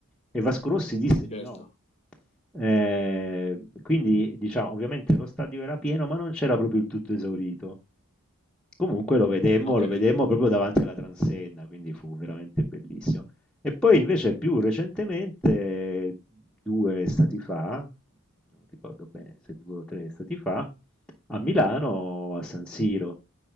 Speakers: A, in the centre; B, on the left.
A: E Vasco Rossi disse
B: certo,
A: di no, eh, quindi, diciamo, ovviamente lo stadio era pieno, ma non c'era proprio il tutto esaurito. Comunque lo vedemmo,
B: ho capito.
A: lo vedemmo proprio davanti alla transenna, quindi fu veramente bellissimo. E poi invece più recentemente, due stati fa, non ricordo bene se due o tre stati fa, a Milano, a San Siro.